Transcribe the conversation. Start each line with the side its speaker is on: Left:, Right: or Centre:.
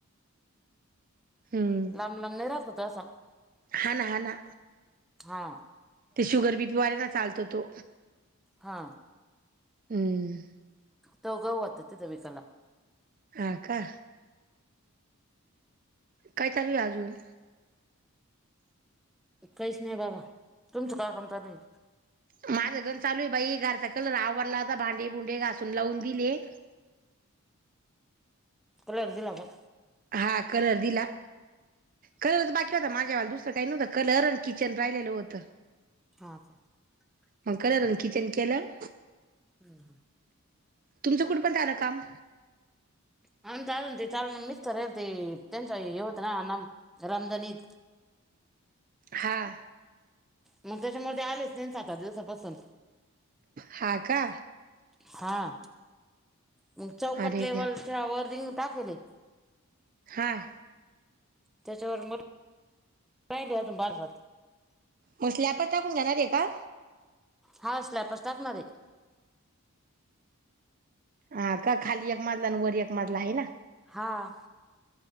Right: हम्म
Centre: लांब लांब नाई ऱ्हातो तसा.
Right: हा ना हा ना
Centre: हां.
Right: ते शुगर बिपीवल्यांना चालतो तो.
Centre: हा
Right: हम्म.
Centre: त्योव गऊ ओता तितं विकाला.
Right: हां का? काय चालू ए अजून?
Centre: काहीच नायी बाबा. तुमचं काय काम चालूये?
Right: माझं गंज चालूये बाई, घरचा आवरला, आता भांडे भुंडे घासून लावून दिले.
Centre: कलर दिला का?
Right: हां, कलर दिला. कलरच बाकी होता माझ्यावाला दुसरं काही नवतं. कलर आणि किचन राईलेलं होतं.
Centre: हां का?
Right: मग कलर आणि किचन केलं
Centre: हं हं.
Right: तुमचं कुटंपर्यंत आलं काम?
Centre: आमचं अजून ते चालूये, मिस्तरे नं ते, त्यांचं हे, हे होतंते नम रमझान ईद.
Right: हां
Centre: मंग त्याच्यामुळे ते आलेच नाइना सात-आठ दिवसापासून.
Right: हां का?
Centre: हां, मंग चौकट
Right: अरे
Centre: लेवल
Right: द्या
Centre: च्या वर रिंग टाकेलय.
Right: हां
Centre: त्याच्यावर मग <unintelligible> राहिली अजून <unintelligible>
Right: म स्लॅपच टाकून घेणारे का?
Centre: हां स्लॅपच टाकणारे.
Right: हा का? खाली एक मजला आणि वर एक मजला हाय ना?
Centre: हां,